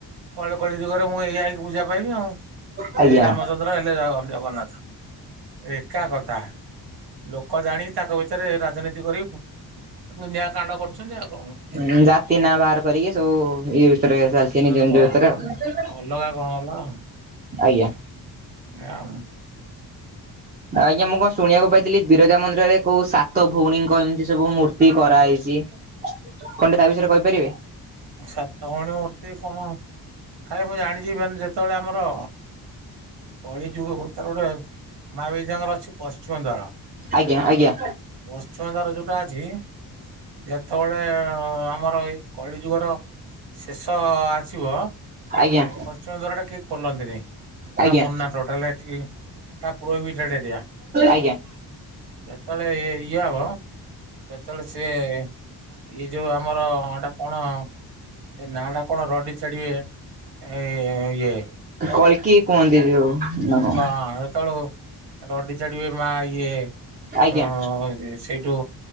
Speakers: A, on the right (about 80°); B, on the right (about 25°).
A: କଳି କଳି ଦୁଗରେ ମୁଁ ଏଇକି ପୂଜା ପାଇଁ ମି ଆଉ
B: ଆଜ୍ଞା।
A: ସେଇ ରାମଚନ୍ଦ୍ର ହେଲେ ଜଗନ୍ନାଥ ଏକା କଥା। ତାହା ଲୋକ ଜାଣି ତାଙ୍କ ଭିତରେ ରାଜନୀତି କରି ଦୁନିଆ କାଣ୍ଡ କରୁଛନ୍ତି ଆଉ କଣ।
B: ଉଁ ଜାତି ନା
A: ଏଇଆ
B: ବାହାର କରିକି ସବୁ ଇଏ ଭିତରେ ଚାଲିଛି
A: ନହେଲେ
B: ନିଜ ନିଜ
A: କଣ
B: ଭିତରେ ଆଉ।
A: ଅଲଗା କଣ ଅଲଗା।
B: ଆଜ୍ଞା
A: ଏଇଆ ଆଉ।
B: ଆଜ୍ଞା ମୁଁ କଣ ଶୁଣିବାକୁ ପାଇଥିଲି। ବିରଜା ମନ୍ଦିରରେ କୋଉ ସାତ ଭଉଣୀଙ୍କ ଏମିତି ସବୁ ମୂର୍ତ୍ତି କରାହେଇଛି। କଣ ଟିକେ ତା ବିଷୟରେ କହିପାରିବେ।
A: ସାତ ଭାଇଣୀ ମୂର୍ତ୍ତି କଣ? ମୁଁ ଜାଣିଛି ମାନେ ଯେତେବେଳେ ଆମର କଳି ଯୁଗ ଗୋତାର ଗୋଟେ ମା ବିରଜାଙ୍କର ଅଛି ପଶ୍ଚିମ ଦ୍ୱାର।
B: ଆଜ୍ଞା ଆଜ୍ଞା
A: ପଶ୍ଚିମ ଦ୍ୱାର ଯୋଉଟା ଅଛି ଯେତେବେଳେ ଆମର ଏଇ କଳି ଯୁଗର ଶେଷ ଆସିବ ଯୋଉ
B: ଆଜ୍ଞା।
A: ପଶ୍ଚିମ ଦ୍ୱାର ଟା କେହି ଖୋଲନ୍ତିନି।
B: ଆଜ୍ଞା
A: ସେଟା ମନା ଟୋଟାଲି ସେଠିକି ସେଇଟା ପ୍ରୋହିବିଟେଡ୍ ଏରିଆ।
B: ଆଜ୍ଞା।
A: ଯେତେବେଳେ ଏ ଇଏ ହବ। ସେତେବେଳେ ସିଏ ଏଇ ଯୋଉ ଆମର ଟା ହଁ ସେ ନା ଟା କଣ ରଡି ଛାଡିବେ ଏ ଇଏ
B: କଳ୍କୀ କୁହନ୍ତି ଯୋଉ ନା କଣ।
A: ହଁ ସେତେବେଳକୁ ରଡି ଛାଡିବେ ମା ଇଏ ଅ
B: ଆଜ୍ଞା
A: ସେଇଠୁ